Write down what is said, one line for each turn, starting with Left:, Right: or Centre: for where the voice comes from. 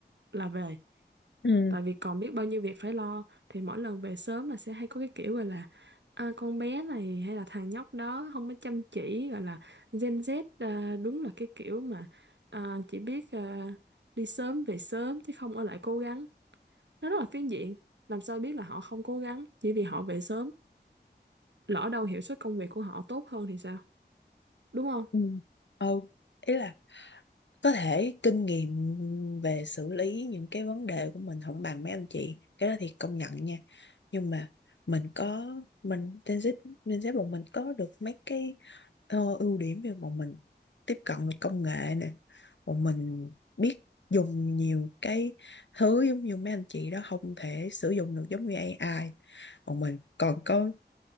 Right: là về
Left: ừ
Right: tại vì còn biết bao nhiêu việc phải lo thì mỗi lần về sớm là sẽ hay có cái kiểu gọi là à, con bé này hay là thằng nhóc đó không có chăm chỉ gọi là Gen Z à, đúng là cái kiểu mà à, chỉ biết à, đi sớm về sớm chứ không ở lại cố gắng nó rất là phiến diện làm sao biết là họ không cố gắng chỉ vì họ về sớm lỡ đâu hiệu suất công việc của họ tốt hơn thì sao đúng không
Left: ừ ừ ý là có thể kinh nghiệm về xử lý những cái vấn đề của mình không bằng mấy anh chị cái đó thì công nhận nha nhưng mà mình có mình Gen Z Gen Z bọn mình có được mấy cái ờ, ưu điểm như bọn mình tiếp cận được công nghệ nè bọn mình biết dùng nhiều cái thứ giống như mấy anh chị đó không thể sử dụng được giống như AI bọn mình còn có